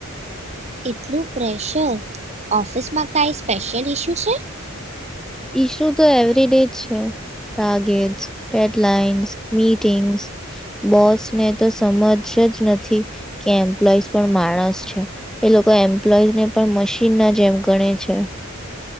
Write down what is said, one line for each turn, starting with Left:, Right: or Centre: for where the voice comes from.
Right: એટલું પ્રેશર, ઓફિસમાં કાઈ સ્પેશિયલ ઈસ્યુ છે?
Centre: ઈસુ તો એવરી ડે છે. ટાર્ગેટ્સ, ડેડલાઇન્સ, મીટિંગ્સ બોસને તો સમજ જ નથી કે એમ્પ્લોઈઝ પણ માણસ છે. એ લોકો એમ્પ્લોઈઝને પણ મશીનના જેમ ગણે છે.